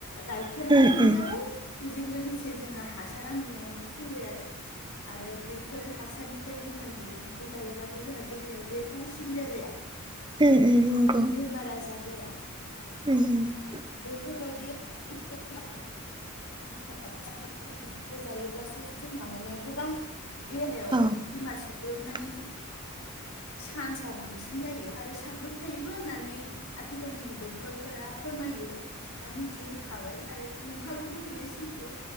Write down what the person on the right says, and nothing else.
उम
उम
उम नंगौ
<unintelligible>
औ उम
<inaudible>